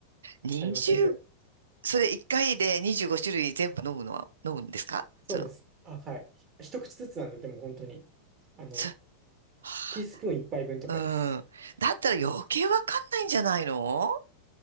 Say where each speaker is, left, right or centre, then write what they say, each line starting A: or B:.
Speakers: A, on the right; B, on the right.
A: 20、
B: ありません、それ。
A: それ1回で25種類全部飲むのは、飲むんですかその、
B: そうです。あ、はい。ひ一口ずつなんで、でも本当に。あの、
A: そ、は
B: ティースプーン一杯分とかです。
A: あうん。だったら余計わかんないんじゃないの